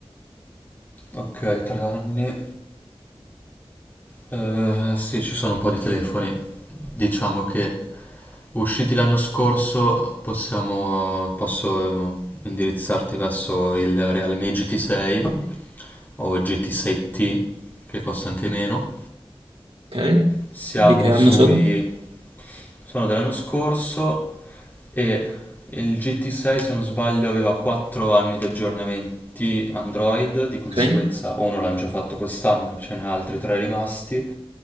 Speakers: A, on the left; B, on the right.
A: Ok, tre anni. Eh, sì, ci sono un po' di telefoni. Diciamo che usciti l'anno scorso possiamo, posso eh, indirizzarti verso il Realme GT6 o GT6T che costa anche meno.
B: Ok?
A: Siamo
B: Di che anno
A: sui
B: sono?
A: Sono dell'anno scorso e il GT6, se non sbaglio, aveva 4 anni di aggiornamenti Android, di conseguenza
B: Ok?
A: uno l'hanno già fatto quest'anno, ce n'è altri 3 rimasti,